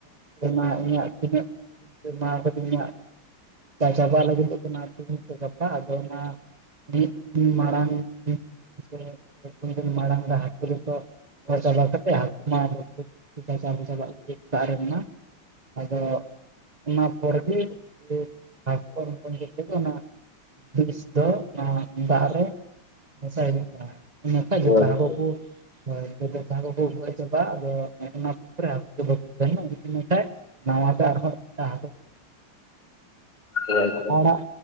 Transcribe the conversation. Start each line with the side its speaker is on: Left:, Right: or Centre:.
Right: ᱢᱟ ᱤᱧᱟᱹᱜ ᱛᱤᱱᱟᱹᱜ ᱡᱚᱢᱟᱣ ᱠᱟᱫᱤᱧ ᱦᱟᱸᱜ ᱪᱟᱵᱟ ᱞᱟᱹᱜᱤᱫᱚᱜ ᱠᱟᱱᱟ <unintelligible> ᱜᱟᱯᱟ ᱟᱫᱚ ᱚᱱᱟ, ᱢᱤᱫᱤᱱ ᱢᱟᱲᱟᱝ ᱥᱮ ᱯᱮ ᱯᱩᱱ ᱫᱤᱱ ᱢᱟᱲᱟᱝ ᱨᱮ ᱦᱟᱹᱠᱩ ᱨᱮᱫᱚ᱾ ᱨᱚᱦᱚᱭ ᱪᱟᱵᱟ ᱠᱟᱛᱮᱜ ᱦᱟᱹᱠᱩ ᱢᱟ <unintelligible> <unintelligible> ᱨᱮᱱ ᱢᱟ᱾ ᱟᱫᱚ ᱚᱱᱟ ᱯᱚᱨᱜᱮ ᱦᱟᱹᱠᱩ <unintelligible> <unintelligible> ᱱᱟᱦᱟᱜ, ᱵᱤᱥ ᱫᱚ ᱚᱱᱟ ᱫᱟᱜᱽ ᱨᱮ ᱢᱮᱥᱟᱭ ᱦᱩᱭᱩᱜ ᱠᱟᱱᱟ᱾ ᱤᱱᱟᱹᱠᱷᱟᱭᱡ ᱡᱚᱛᱚ
Left: ᱚ ᱟᱪᱪᱷᱟ
Right: ᱦᱟᱹᱠᱩ ᱠᱚ, ᱦᱳᱭᱚᱛ ᱠᱚ ᱟᱹᱜᱩ ᱪᱟᱵᱟᱜ ᱟᱫᱚ ᱚᱱᱟ ᱯᱩᱠᱷᱨᱮ ᱦᱟᱹᱠᱩ ᱫᱚ ᱵᱟᱠᱚ ᱛᱟᱦᱮᱱᱟ ᱤᱱᱟᱹᱜᱫᱤᱱ ᱾ ᱱᱟᱣᱟᱛᱮ ᱟᱨᱦᱚᱸ <unintelligible> ᱦᱟᱹᱠᱩ ᱠᱚ᱾
Left: ᱟᱪᱪᱷᱟ,
Right: ᱟᱲᱟᱜ